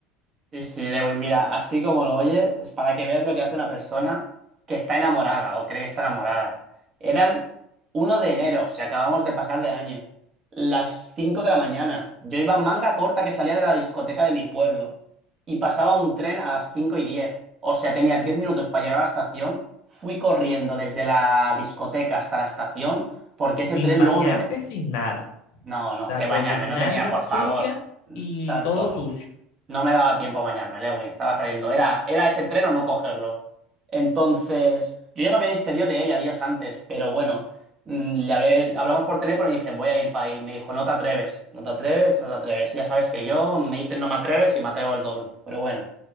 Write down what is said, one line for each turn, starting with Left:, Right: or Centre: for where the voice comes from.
Right: Sí, sí, Lewin, mira, así como lo oyes, es para que veas lo que hace una persona que está enamorada o cree que está enamorada. Eran uno de enero, si acabamos de pasar de año, las 5 de la mañana. Yo iba en manga corta que salía de la discoteca de mi pueblo y pasaba un tren a las 5 y 10. O sea, tenía 10 minutos para llegar a la estación. Fui corriendo desde la discoteca hasta la estación porque
Left: Sin
Right: ese tren
Left: bañarte,
Right: luego me... de-
Left: sin nada.
Right: No,
Left: O sea,
Right: no, que
Left: con
Right: bañarme,
Left: las nalgas
Right: no tenía, por
Left: sucias
Right: favor. Exacto.
Left: y todo sucio.
Right: No me daba tiempo a bañarme, Lewin, estaba saliendo. Era, era ese tren o no cogerlo. Entonces, yo ya me había despedido de ella días antes, pero bueno, mm, le hablé- hablamos por teléfono y dije, voy a ir para ahí. Me dijo, no te atreves, no te atreves, no te atreves. Ya sabes que yo me dicen no me atreves y me atrevo el doble. Pero bueno,